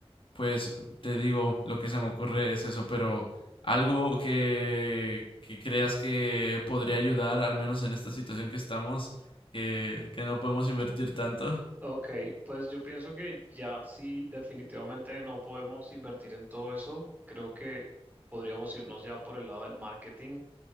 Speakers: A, on the left; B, on the right.
A: pues te digo, lo que se me ocurre es eso, pero algo que, que creas que podría ayudar, al menos en esta situación que estamos, que, que no podemos invertir tanto.
B: Ok, pues yo pienso que ya sí, definitivamente no podemos invertir en todo eso. Creo que podríamos irnos ya por el lado del marketing,